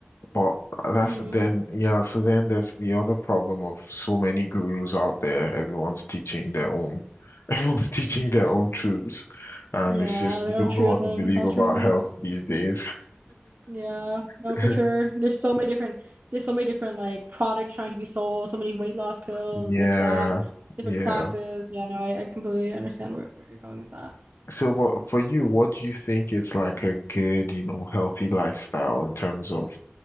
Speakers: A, on the left; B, on the right.
A: But that's
B: Mm,
A: then, yeah, so then there's the other problem of so many gurus out there. Everyone's teaching their own, <laughs> everyone's teaching their own truths. And
B: yeah,
A: it's just,
B: their
A: you don't
B: own truisms,
A: know what to believe
B: health
A: about
B: truisms.
A: health these days.
B: Yeah, no,
A: <laughs>
B: for sure. There's so many different, there's so many different like products trying to be sold. So many weight loss pills,
A: Yeah.
B: this, that, different
A: Yeah.
B: classes. Yeah, no, I, I completely understand where, where you're going with that.
A: So what for you, what do you think is like a good, you know, healthy lifestyle in terms of